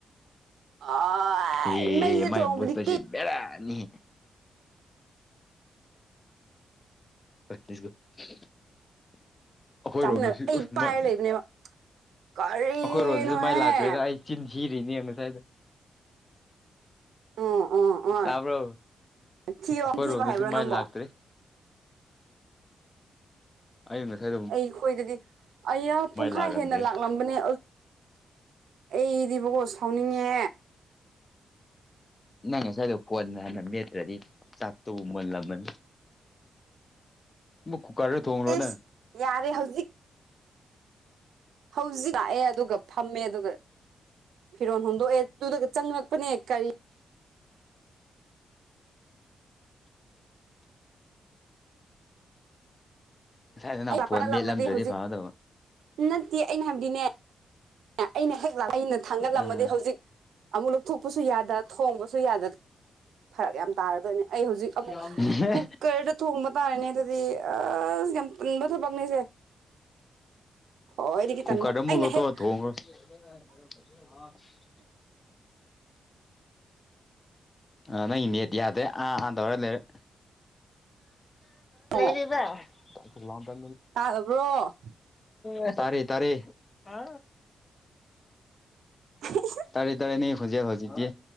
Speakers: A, on the right; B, on the left.
A: ꯑꯥꯏ
B: ꯍꯦ
A: ꯃꯩꯗ
B: ꯃꯥꯏ
A: ꯊꯣꯡꯕꯗꯤ
B: ꯃꯨꯠꯄꯁꯤ
A: ꯀꯤ
B: ꯦꯗꯥꯅꯤ ꯑꯩꯈꯣꯏꯔꯣꯝꯗ
A: ꯆꯥꯃꯤꯟꯅ
B: ꯁꯤ
A: ꯑꯩ
B: ꯎꯁꯃꯛ
A: ꯄꯥꯏꯔ ꯂꯩꯕꯅꯦꯕ ꯀꯔꯤꯅꯣꯍꯦ
B: ꯑꯩꯈꯣꯏꯔꯣꯗꯁꯨ ꯃꯥꯏ ꯂꯥꯛꯇ꯭ꯔꯦꯗ ꯑꯩ ꯆꯤꯟ ꯁꯤꯔꯤꯅꯦ ꯉꯁꯥꯏꯗ
A: ꯑꯣ ꯑꯣ ꯑꯣ
B: ꯇꯥꯕ꯭ꯔꯣ
A: ꯊꯤꯌꯣ
B: ꯑꯩꯈꯣꯏꯔꯣꯝꯗꯁꯨ
A: ꯊꯤꯕ ꯍꯥꯏꯕ꯭ꯔꯣ ꯅꯪꯕꯣ
B: ꯃꯥꯏ ꯂꯥꯛꯇ꯭ꯔꯦ ꯑꯩ ꯁ
A: ꯑꯩꯈꯣꯏꯗꯗꯤ ꯑꯩꯅ ꯄꯨꯡꯈꯥꯏ
B: ꯂꯥꯛꯔꯝꯗ꯭ꯔꯦ
A: ꯍꯦꯟꯅ ꯂꯥꯛꯂꯝ ꯅꯦ ꯑꯩꯗꯤꯕꯀꯣ ꯁꯥꯎꯅꯤꯡꯉꯦ
B: ꯅꯪ ꯉꯁꯥꯏꯗꯣ ꯀꯣꯟꯅ ꯍꯟꯅ ꯃꯦꯠꯇ꯭ꯔꯗꯤ ꯆꯥꯛꯇꯨꯕꯨ ꯃꯨꯜꯂꯝꯃꯅꯤ ꯃꯛ ꯀꯨꯀꯥꯔꯗ ꯊꯣꯡ꯭ꯔꯣꯅꯦ
A: ꯑꯦꯁ ꯌꯥꯔꯦ ꯍꯧꯖꯤꯛ ꯍꯧꯖꯤꯛ ꯂꯥꯛꯑꯦ ꯑꯗꯨꯒ ꯐꯝꯃꯦ ꯑꯗꯨꯒ ꯐꯤꯔꯣ ꯍꯨꯗꯣꯛꯑꯦ ꯑꯗꯨꯗꯒ ꯆꯪꯉꯛꯄꯅꯦ ꯀꯔꯤ
B: ꯉꯁꯥꯏꯗ ꯅꯪ
A: ꯑꯩꯐꯠꯍꯜꯂꯝꯃꯗꯤ
B: ꯐꯣꯟ ꯃꯦꯠꯂꯝꯗ꯭ꯔꯗꯤ
A: ꯍꯧꯖꯤꯛ
B: ꯐꯒꯗꯕ
A: ꯅꯠꯇꯦ ꯑꯩꯅ ꯍꯥꯏꯕꯗꯤꯅꯦ ꯑꯩꯅ ꯍꯦꯛ ꯑꯩꯅ ꯊꯥꯡꯒꯠꯂꯝꯃꯗꯤ
B: ꯑꯥ
A: ꯍꯧꯖꯤꯛ ꯑꯃꯨꯛ ꯂꯧꯊꯣꯛꯄꯁꯨ ꯌꯥꯗ ꯊꯣꯡꯕꯁꯨ ꯌꯥꯗ ꯐꯔꯛ ꯌꯥꯝ ꯇꯥꯔꯗꯣꯏꯅꯦ ꯑꯩ ꯍꯧꯖꯤꯛ ꯑꯃꯨꯛ
B: ꯑꯥ
A: ꯀꯨꯀꯔꯗ ꯊꯣꯡꯕ ꯇꯥꯔꯦꯅꯦ ꯑꯗꯨꯗꯤ ꯑꯁ ꯌꯥꯝ ꯇꯟꯕ ꯊꯕꯛꯅꯦꯁꯦ ꯈꯣꯏꯗꯒꯤ
B: ꯀꯨꯀꯔꯗ
A: ꯇꯟꯕ
B: ꯃꯨꯜꯂꯣ
A: ꯑꯩꯅ ꯍꯦꯛ
B: <inaudible> ꯑ ꯅꯪ ꯅꯦꯠ ꯌꯥꯗꯦ ꯑꯥ ꯑꯥ ꯇꯧꯔ ꯂꯩꯔꯦ
A: ꯑꯣ
B: ꯂꯩꯕ ꯂ ꯇ
A: ꯇꯥꯔꯕ꯭ꯔꯣ
B: ꯂ ꯇꯔꯦ ꯇꯔ ꯆ
A: <unintelligible>
B: ꯇꯥꯔꯦ ꯇꯥꯔꯦꯅꯦ ꯈꯣꯖꯤꯦ ꯍꯧꯖꯤꯗꯦ